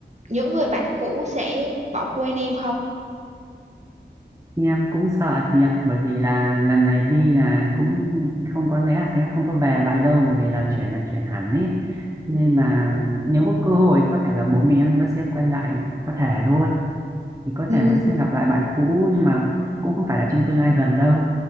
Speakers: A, on the right; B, on the right.
A: những người bạn cũ sẽ bỏ quên em không?
B: em cũng sợ chị ạ bởi vì là lần này đi là cũng không có lẽ là sẽ không có về lại đâu bởi vì là chuyển là chuyển hẳn ấy cho nên là nếu có cơ hội có thể là bố mẹ em vẫn sẽ quay lại có thể thôi thì có
A: ừ
B: thể vẫn sẽ gặp lại bạn cũ nhưng mà cũng không phải là trong tương lai gần đâu